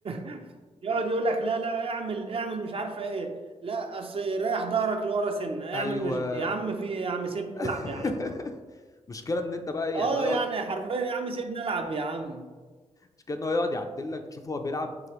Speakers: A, on the right; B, on the left.
A: <laughs> يقعد يقول لك لا لا اعمل اعمل مش عارفه ايه لا اصل ريح ظهرك لورا سنه
B: أيوه
A: اعمل مش يا عم في ايه يا عم سيبني
B: <laughs>
A: العب يا عم
B: مشكلة إن أنت بقى
A: اه
B: يعني هو يقعد
A: يعني حرفيا يا عم سيبني العب يا عم
B: مشكلة إن هو يقعد يعدل لك تشوف هو بيلعب